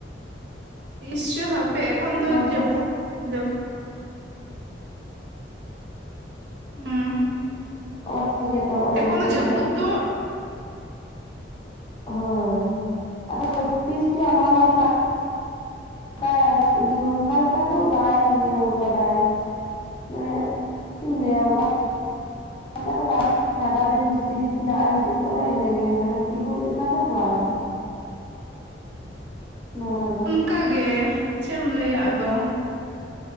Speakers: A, on the right; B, on the left.
A: ᱛᱤᱥ ᱪᱚ ᱦᱟᱯᱮ ᱮᱠᱷᱚᱱ ᱫᱚ
B: ᱨᱚᱦᱚᱭ
A: ᱡᱟᱹᱯᱩᱫ ᱡᱟᱹᱯᱩᱫ ᱦᱩᱸ
B: ᱚᱱᱛᱮ ᱜᱮᱛᱚ ᱱᱚ. ᱜᱚᱭ
A: ᱮᱠᱷᱚᱱ
B: ᱡᱟᱹᱯᱩᱫ
A: ᱫᱚ
B: ᱫᱟᱭ
A: ᱫᱚ
B: ᱦᱳᱭ ᱟᱫᱚ ᱛᱤᱥ ᱡᱟᱱᱩᱣᱟᱨᱤ ᱛᱟᱢ ᱦᱮᱸ ᱤᱭᱟ. ᱚᱱᱠᱟ ᱞᱮᱠᱟ ᱟᱫᱚ ᱵᱟᱭ ᱤᱭᱟ. ᱠᱟᱫᱟ᱾ ᱮᱦᱮᱜ ᱪᱮᱫ ᱤᱧ ᱞᱟᱹᱭ ᱟ ᱚᱱᱠᱟ ᱚᱱᱠᱟ ᱞᱮᱠᱟ ᱫᱚ ᱵᱟᱭ ᱥᱟᱨᱟᱫᱤᱱ ᱡᱷᱤᱴᱤ ᱡᱷᱤᱴᱤ ᱫᱟᱜ ᱦᱤᱡᱩᱜ ᱠᱟᱱᱟ ᱤᱱᱟᱹ ᱜᱮ ᱢᱟᱱᱮ ᱛᱤᱸᱜᱩᱜ ᱞᱮᱠᱟ ᱫᱚ ᱵᱟᱝ ᱱᱚᱣᱟ ᱫᱚ
A: ᱚᱱᱠᱟ ᱜᱮ ᱪᱮᱫ ᱮᱢ ᱞᱟᱹᱭ ᱟ ᱟᱫᱚ